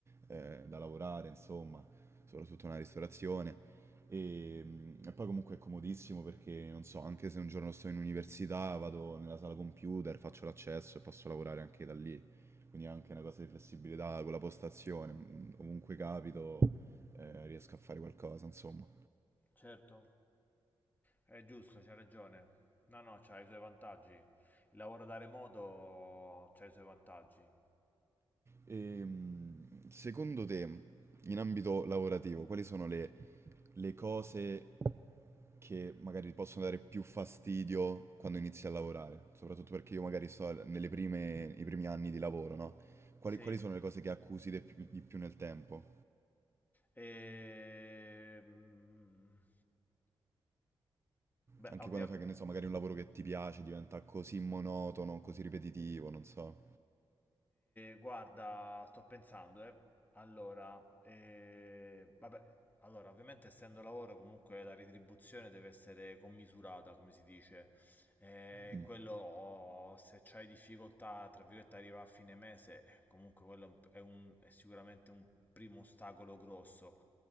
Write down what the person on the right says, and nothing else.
eh, da lavorare, insomma, soprattutto nella ristorazione. E, mm, e poi comunque è comodissimo perché, non so, anche se un giorno sto in università, vado nella sala computer, faccio l'accesso e posso lavorare anche da lì. Quindi è anche una cosa di flessibilità con la postazione, mm, ovunque capito, eh, riesco a fare qualcosa, insomma.
Ehm, secondo te, in ambito lavorativo, quali sono le, le cose che magari ti possono dare più fastidio quando inizi a lavorare? Soprattutto perché io magari sto al- nelle prime, i primi anni di lavoro, no? Quali,
quali sono le cose che accusi de- più- di più nel tempo?
Anche
quando fai, che ne so, magari un lavoro che ti piace diventa così monotono, così ripetitivo, non so.
Mm,